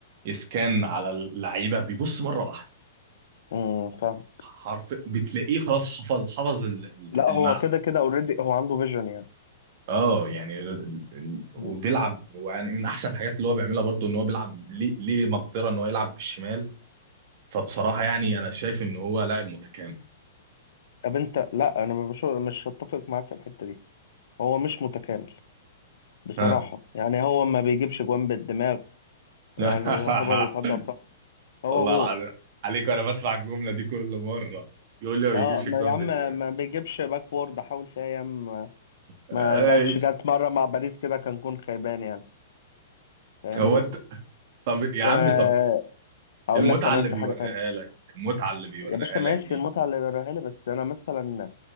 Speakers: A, on the right; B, on the left.
A: يسكان على اللعيبه بيبص مره واحده
B: امم فاهم
A: حرف بتلاقيه خلاص حفظ حفظ ال- ال-
B: لا
A: الملعب
B: هو كده كده اوريدي هو عنده فيجن يعني
A: اه يعني ال- ال- وبيلعب
B: مم.
A: يعني من احسن الحاجات اللي هو بيعملها برضو ان هو بيلعب ليه ليه مقدره ان هو يلعب بالشمال فبصراحه يعني انا شايف ان هو لاعب متكامل
B: طب انت لا انا مش مش هتفق معاك في الحته دي هو مش متكامل بصراحه
A: ها
B: يعني هو ما بيجيبش جوان بالدماغ
A: <laughs>
B: يعني يعتبر يتعدى على الصعب هو
A: والله
B: جون
A: العظيم عليك وانا بسمع الجمله دي كل مره يقول لي ما بيجيبش
B: اه ما
A: الجون
B: يا عم
A: في الدماغ
B: ما بيجيبش باكورد حاول فيها ياما
A: ايش
B: ما جاتش جات مره مع باريس كده كان جون خيبان يعني فاهمني
A: هو انت طب يا عم
B: آه
A: طب
B: اقول
A: المتعه
B: لك كمان
A: اللي
B: في
A: بيوريها
B: حاجه تانية
A: لك المتعه اللي بيوريها
B: يا باشا ماشي
A: لك دي
B: المتعه اللي وراها لي بس انا مثلا